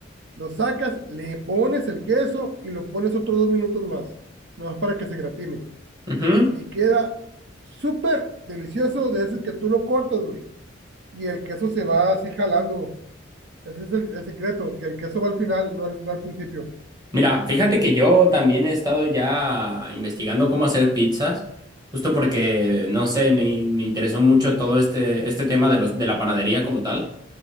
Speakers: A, on the right; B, on the right.
A: Lo sacas, le pones el queso y lo pones otros dos minutos más, más para que se gratine.
B: Mhm.
A: y queda súper delicioso de ese que tú lo cortas, güey. Y el queso se va así jalando. Ese es el, el secreto, que el queso va al final, no al, no al principio.
B: Mira, fíjate que yo también he estado ya investigando cómo hacer pizzas, justo porque, no sé, me, me interesó mucho todo este, este tema de los, de la panadería como tal.